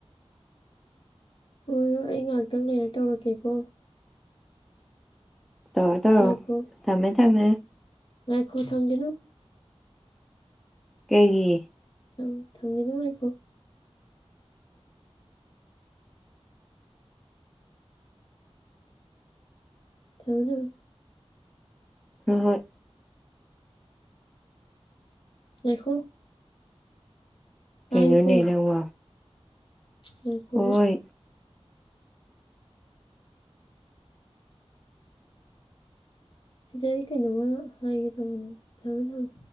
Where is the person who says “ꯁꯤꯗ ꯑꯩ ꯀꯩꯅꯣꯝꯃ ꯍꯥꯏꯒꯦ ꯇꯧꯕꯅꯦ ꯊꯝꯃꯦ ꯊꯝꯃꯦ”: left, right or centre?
Left